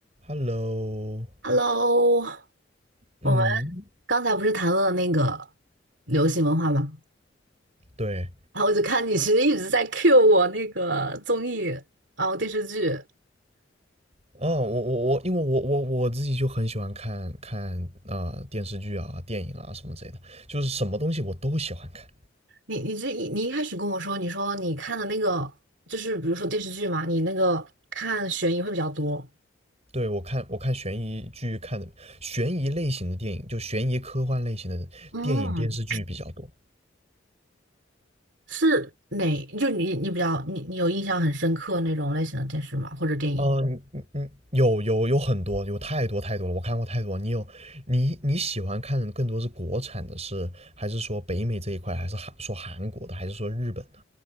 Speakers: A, on the right; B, on the right.
A: Hello，
B: Hello，
A: 嗯，
B: 我们刚才不是谈论了那个流行文化吗？
A: 对，
B: 然后我就看你其实一直在 cue 我那个综艺，然后电视剧。
A: 哦，我我我，因为我我我自己就很喜欢看看啊、呃电视剧啊、电影啊什么之类的，就是什么东西我都喜欢看。
B: 你你这一你一开始跟我说，你说你看的那个就是比如说电视剧嘛，你那个看悬疑会比较多。
A: 对，我看我看悬疑剧看的悬疑类型的电影，就悬疑科幻类型的电影电视剧比较多。
B: 嗯，是哪？就你你比较你你有印象很深刻那种类型的电视吗？或者电影？
A: 哦，你你你有有有很多，有太多太多了，我看过太多。你有你你喜欢看的更多是国产的是，还是说北美这一块，还是韩说韩国的，还是说日本的？